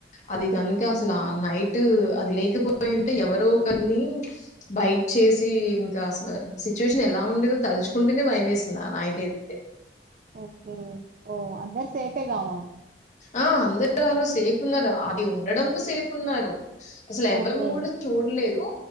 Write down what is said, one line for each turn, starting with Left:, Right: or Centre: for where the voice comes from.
Left: అది కనుక అసలు ఆ నైట్ అది లేకపోయింటే ఎవరో ఒకరిని బైట్ చేసి ఇంకా అసలు సిచ్యువేషన్ ఎలా ఉండేదో తలుచుకుంటేనే భయం వేసింది ఆ నైట్ అయితే
Right: ఓకే ఓ అందరు సేఫే కావాము
Left: ఆ అందరు ఆరు సేఫ్ ఉన్నారు అది ఉండడంతో సేఫ్ ఉన్నారు అసలు ఎవరి
Right: ఓకే
Left: కూడా చూడలేదు